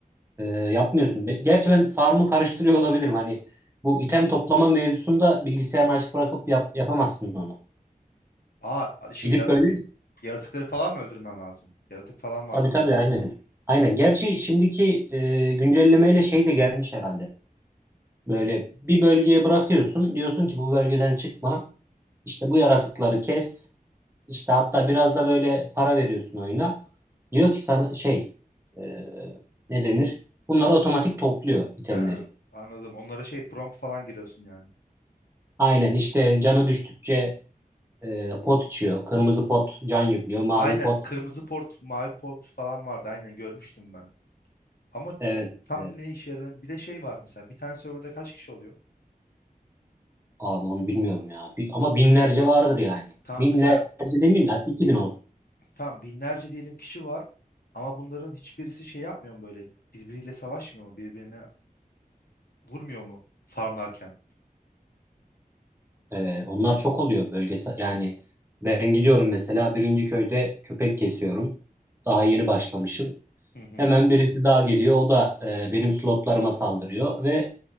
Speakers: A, on the right (about 15°); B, on the left (about 80°).
A: E, yapmıyorsun. Be- Gerçi ben farmı karıştırıyor olabilirim. Hani bu item toplama mevzusunda bilgisayarını açık bırakıp yap- yapamazsın onu.
B: Aa şey
A: Gidip
B: yaratık
A: böyle
B: yaratıkları falan mı öldürmen lazım? Yaratık falan vardı
A: tabii
B: sanırım
A: tabii
B: orada.
A: aynen. Aynen. Gerçi şimdiki e, güncellemeyle şey de gelmiş herhalde. Böyle bir bölgeye bırakıyorsun. Diyorsun ki bu bölgeden çıkma. İşte bu yaratıkları kes. İşte hatta biraz da böyle para veriyorsun oyuna. Diyor ki sana şey e, ne denir? Bunları otomatik topluyor itemleri.
B: He anladım. Onlara şey prompt falan giriyorsun yani.
A: Aynen işte canı düştükçe Ee, pot içiyor. Kırmızı pot can yüklüyor. Mavi
B: Aynen
A: pot.
B: kırmızı port, mavi port falan vardı. Aynen görmüştüm ben. Ama
A: Evet,
B: tam
A: evet.
B: ne işe yaradığını bir de şey var mesela. Bir tane serverda kaç kişi oluyor?
A: Abi onu bilmiyorum ya. Bi- ama binlerce vardır yani.
B: Tamam
A: Binlerce
B: mesela
A: demeyeyim de hadi 2000 olsun.
B: tamam binlerce diyelim kişi var. Ama bunların hiçbirisi şey yapmıyor mu böyle? Birbiriyle savaşmıyor mu? Birbirine vurmuyor mu farmlarken?
A: Ee, onlar çok oluyor bölgesel. Yani ben gidiyorum mesela birinci köyde köpek kesiyorum. Daha yeni başlamışım.
B: Hı hı.
A: Hemen birisi daha geliyor. O da e, benim slotlarıma saldırıyor ve